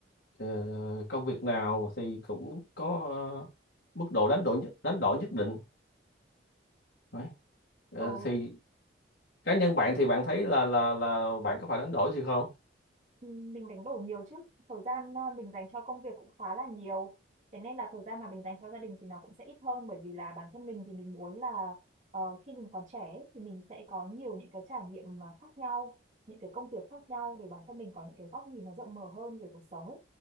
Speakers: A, on the left; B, on the right.
A: ờ, công việc nào thì cũng có ờ, mức độ đánh đổi nhất đánh đổi nhất định Đấy. Ờ,
B: Ừ,
A: thì cá nhân bạn thì bạn thấy là là là bạn có phải đánh đổi gì không
B: Ừ, mình đánh đổi nhiều chứ thời gian ờ, mình dành cho công việc cũng khá là nhiều thế nên là thời gian mà mình dành cho gia đình thì nó cũng sẽ ít hơn bởi vì là bản thân mình thì mình muốn là ờ, khi mình còn trẻ ấy, thì mình sẽ có nhiều những cái trải nghiệm mà khác nhau những cái công việc khác nhau để bản thân mình có những cái góc nhìn nó rộng mở hơn về cuộc sống ấy.